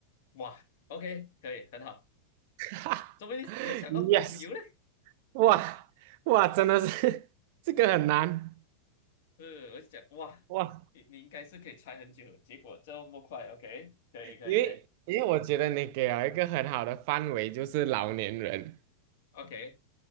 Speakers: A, on the left; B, on the right.
A: 哇，OK，可以，很好。
B: <laughs>，yes，
A: 怎么你想到风油嘞？
B: 哇哇，真的是 <laughs> 这个很难
A: 是，我就想，哇，
B: 哇，
A: 你你应该是可以猜很久的结果这么快，OK，可以可以可以
B: 因为因为我觉得你给了一个很好的范围，就是老年人
A: ，OK，